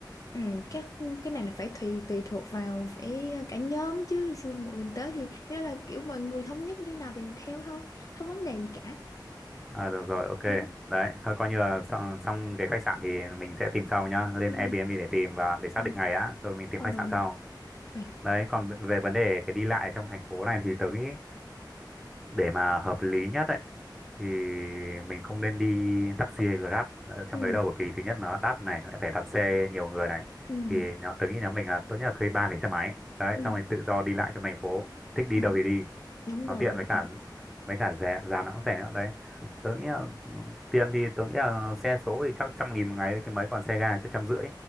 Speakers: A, on the left; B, in the centre.
A: Ừ, các cái này là phải tùy tùy thuộc vào phải cả nhóm chứ Sư- một mình tới thì thế đó là kiểu mọi người thống nhất như nào thì mình theo thôi không vấn đề gì cả.
B: à, được rồi ok
A: Ừ,
B: đấy thôi coi như là xong, xong cái khách sạn thì mình sẽ tìm sau nhá lên
A: ừ,
B: Airbnb để tìm và để xác
A: ừ.
B: định ngày đã rồi mình tìm
A: Ờ.
B: khách sạn sau
A: rồi có-
B: đấy còn về vấn đề cái đi lại trong thành phố này thì tớ nghĩ để mà hợp lý nhất ấy thì mình không nên đi taxi hay Grab ờ, trong
A: ừ
B: đấy đâu bởi vì thứ nhất nó đắt này lại phải đặt xe nhiều người này
A: ừ
B: thì nhỏ tớ nghĩ nhóm mình là tốt nhất là thuê ba cái xe máy đấy
A: ừ
B: xong rồi tự do đi lại trong thành phố thích đi
A: ừ
B: đâu thì đi
A: đúng
B: nó
A: rồi
B: tiện
A: đúng
B: với cả
A: rồi
B: với cả rẻ giá nó cũng rẻ nữa đấy tớ nghĩ là ừ, tiền thì tớ nghĩ là xe số thì chắc trăm nghìn một ngày chứ mấy còn xe ga chắc trăm rưỡi